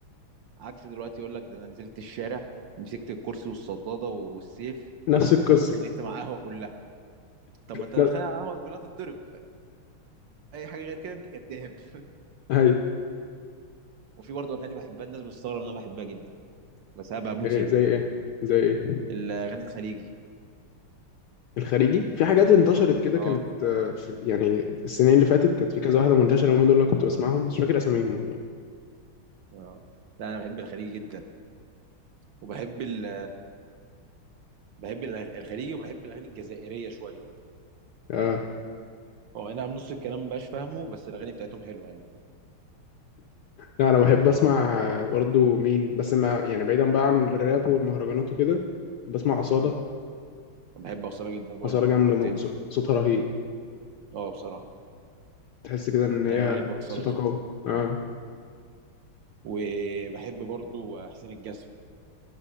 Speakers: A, on the right; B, on the left.
A: عكس دلوقتي يقول لك ده انا نزلت الشارع مسكت الكرسي والصداده والسيف
B: نفس
A: ودخلت
B: القصة
A: اتخانقت مع قهوه كلها طب ما انت
B: لا
A: دخلت على القهوه كلها تتضرب اي حاجه غير كده انت كداب <laughs>
B: أيوه
A: وفي برضه اغاني بحبها الناس بتستغرب ان انا بحبها جدا بس انا بموت
B: إيه،
A: فيها
B: زي إيه زي إيه
A: الاغاني الخليجي
B: الخارجي في حاجات انتشرت كده
A: اه
B: كانت آه، في يعني السنين اللي فاتت كانت في كذا واحدة منتشرة هم دول اللي كنت بسمعهم بس مش فاكر أساميهم والله
A: اه لا انا بحب الخليجي جدا وبحب ال... بحب الأغ- الخليجي وبحب الاغاني الجزائريه شويه برضه
B: آه.
A: هو اي نعم نص الكلام مبقاش فاهمه بس الاغاني بتاعتهم حلوه يعني
B: لا انا بحب اسمع برضو مين بس ما يعني بعيدا بقى عن الراب والمهرجانات وكده بسمع أصالة
A: اه بحب اصاله جدا برضه
B: أصالة
A: انت
B: جامدة
A: فكرتني
B: موت صو- صوتها رهيب
A: اه بصراحه
B: تحس كده ان
A: يعني
B: هي
A: انا بحب اصاله
B: صوتها قوي
A: جدا
B: اه
A: وبحب برضه حسين الجسمي